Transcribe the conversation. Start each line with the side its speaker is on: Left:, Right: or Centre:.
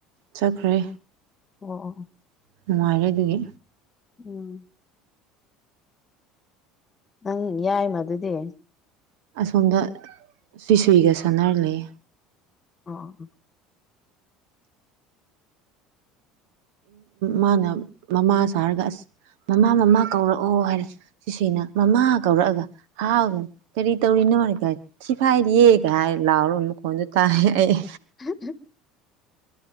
Right: ꯆꯠꯈ꯭ꯔꯦ
Left: ꯑꯣ
Right: ꯅꯨꯡꯉꯥꯏꯔꯦ ꯑꯗꯨꯒꯤ
Left: ꯎꯝ ꯅꯪ ꯌꯥꯏꯃꯗꯨꯗꯤ
Right: ꯑꯁꯣꯝꯗ ꯐꯤꯁꯏꯒ ꯁꯥꯟꯅꯔꯂꯩ
Left: ꯑꯣ
Right: ꯃꯥꯅ ꯃꯃꯥ ꯁꯥꯔꯒ ꯑꯁ ꯃꯃꯥ ꯃꯃꯥ ꯀꯧꯔꯛꯑꯣ ꯍꯥꯏꯔꯦ ꯆꯨꯁꯤꯅ ꯃꯃꯥ ꯀꯧꯔꯛꯑꯒ ꯍꯥꯎꯗꯅ ꯀꯔꯤ ꯇꯧꯔꯤꯅꯣ ꯍꯥꯏ ꯀ ꯁꯤꯐꯥꯏꯗꯤ ꯍꯥꯏ ꯂꯥꯎꯔ ꯈꯣꯟꯁꯨ ꯇꯥꯏ ꯑꯩ
Left: ꯍ ꯍ